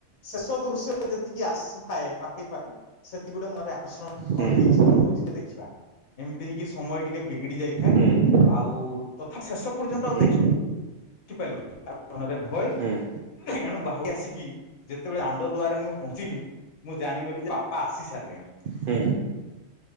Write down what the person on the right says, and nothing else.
ହୁଁ ହୁଁ
ହୁଁ
ହୁଁ
ହୁଁ।
ହୁଁ।